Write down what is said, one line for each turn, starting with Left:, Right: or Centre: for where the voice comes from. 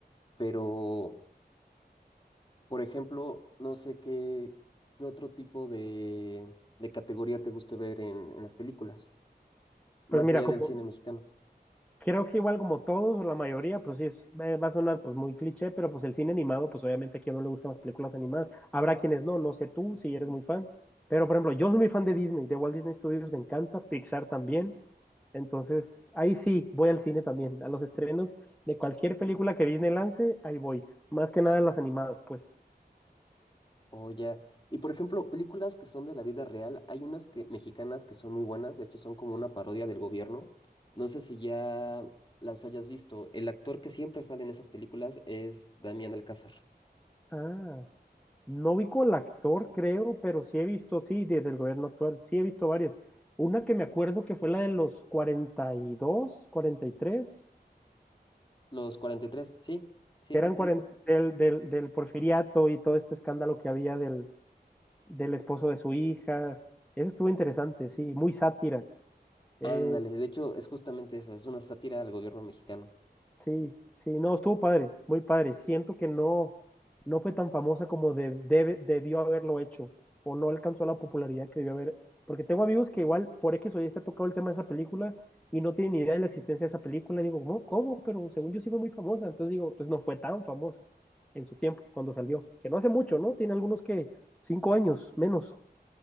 Left: Pero, por ejemplo, no sé qué, qué otro tipo de, de categoría te guste ver en, en las películas, más
Centre: Pues mira,
Left: allá
Centre: como,
Left: del cine mexicano.
Centre: creo que igual como todos o la mayoría, pues sí, es, eh, va a sonar pues muy cliché, pero pues el cine animado, pues obviamente a quien no le gustan las películas animadas, habrá quienes no, no sé tú si eres muy fan, pero por ejemplo, yo soy muy fan de Disney, de Walt Disney Studios me encanta, Pixar también, entonces ahí sí, voy al cine también, a los estrenos de cualquier película que Disney lance, ahí voy, más que nada las animadas, pues.
Left: Oh, ya. Y por ejemplo, películas que son de la vida real, hay unas que mexicanas que son muy buenas, de hecho son como una parodia del gobierno. No sé si ya las hayas visto. El actor que siempre sale en esas películas es Damián Alcázar.
Centre: Ah. No vi con el actor, creo, pero sí he visto, sí, desde el gobierno actual, sí he visto varias. Una que me acuerdo que fue la de los cuarenta cuarenta y dos, cuarenta y tres,
Left: Los cuarenta y tres, sí, sí,
Centre: que
Left: justamente.
Centre: eran 40 del, del, del Porfiriato y todo este escándalo que había del, del esposo de su hija. Esa estuvo interesante, sí, muy sátira. Eh,
Left: Ándale, de hecho es justamente eso, es una sátira al gobierno mexicano.
Centre: Sí, sí, no, estuvo padre, muy padre. Siento que no, no fue tan famosa como de- debe- debió haberlo hecho, o no alcanzó la popularidad que debió haber. Porque tengo amigos que igual por X o Y se ha tocado el tema de esa película y no tienen ni idea de la existencia de esa película. Digo, ¿cómo? ¿Cómo? Pero según yo sí fue muy famosa. Entonces digo, entonces no fue tan famosa en su tiempo, cuando salió. Que no hace mucho, ¿no? Tiene algunos que cinco años, menos.